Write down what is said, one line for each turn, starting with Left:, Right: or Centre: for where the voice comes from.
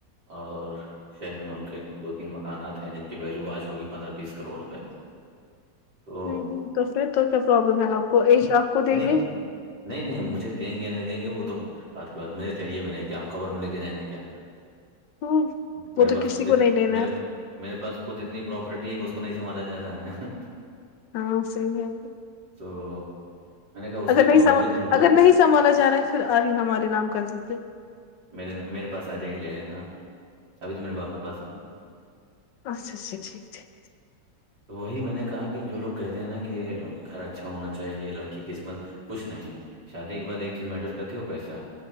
Right: اور شہر میں ان کے دو تین مک مکانات ہیں جن کی ویلو آج ہوگی پندرہ بیس کروڑ روپئے تو
Left: ہوں ہوں تو پھر تو کیا پرابلم ہے آپ کو ایک آپ کو دیں
Right: نہیں
Left: گے
Right: نہیں نہیں مجھے دیں گے نہیں دیں گے وہ تو بعد کی بات مجھے چاہیے بھی نہیں کیا ہم قبر میں لے کے جائیں گے کیا
Left: ہوں
Right: میرے
Left: وہ تو
Right: پاس
Left: کسی
Right: خود اتنے
Left: کو نہیں دینا
Right: میرے
Left: ہے
Right: پا میرے پاس خود اتنی پراپرٹی ہے کہ اس کو نہیں سنبھالا جا رہا ہے
Left: ہاں صحیح ہے
Right: تو میں نے کہا اس کے
Left: اگر نہیں
Right: باوجود
Left: سم
Right: ان کو
Left: اگر نہیں سنبھالا جا رہا ہے پھر آدھی ہمارے نام کردیتے
Right: میرے میرے پاس آ جائی گے لے لینا آپ ابھی تو میرے باپ کے پاس ہے نا
Left: اچھ اچھا ٹھیک ٹھیک
Right: <inaudible> تو وہی میں نے کہا کہ جو لوگ کہتے ہیں نا کہ گھر اچھا ہونا چاہیے لڑکی قسمت کچھ نہیں شادی کے بعد ایک چیز میٹر کرتی ہے وہ پیسہ